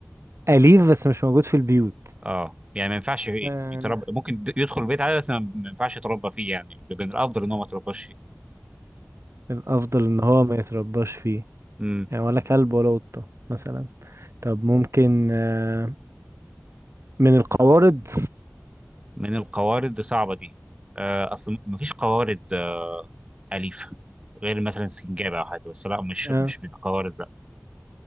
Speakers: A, on the right; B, on the right.
A: أليف بس مش موجود في البيوت
B: اه يعني ما ينفعش يت-
A: آه،
B: يتربى ممكن د- يدخل البيت عادي بس ما ما ينفعش يتربى فيه يعني من الأفضل إن هو ما يترباش فيه
A: الأفضل إن هو ما يترباش فيه
B: مم.
A: يعني ولا كلب ولا قطة مثلا طب ممكن آه، من القوارض
B: من القوارض دي صعبة دي آه أصل ما فيش قوارض آه أليفة غير مثلا سنجابة أو حاجة بس لا مش
A: آه.
B: مش من القوارض لا